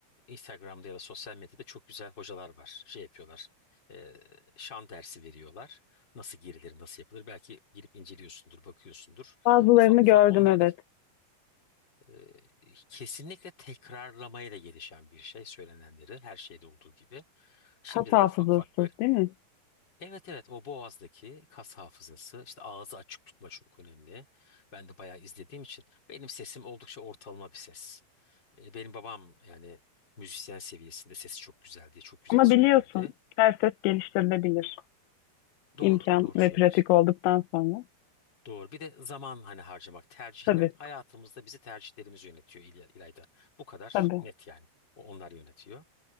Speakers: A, on the left; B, on the left.
A: Instagram'da ya da sosyal medyada çok güzel hocalar var. Şey yapıyorlar. E, şan dersi veriyorlar. Nasıl girilir, nasıl yapılır? Belki girip inceliyorsundur, bakıyorsundur.
B: Bazılarını
A: Ufak ufak
B: gördüm
A: onlar
B: evet.
A: da e, kesinlikle tekrarlamayla gelişen bir şey. Söylenenleri her şeyde olduğu gibi. Şimdiden
B: Kas hafızası
A: ufak ufak böyle
B: değil mi?
A: Evet evet o boğazdaki kas hafızası işte ağzı açık tutma çok önemli. Ben de bayağı izlediğim için benim sesim oldukça ortalama bir ses. E, Benim babam yani müzisyen seviyesinde sesi çok güzel diye çok güzel
B: Ama
A: söylerdi.
B: biliyorsun her ses geliştirilebilir.
A: Doğru
B: İmkan
A: doğru
B: ve
A: söylüyorsun.
B: pratik olduktan sonra.
A: Doğru bir de zaman hani harcamak tercihler
B: Tabii,
A: hayatımızda bizi tercihlerimiz yönetiyor İlya- İlayda. Bu kadar
B: tabii.
A: net yani O- onlar yönetiyor.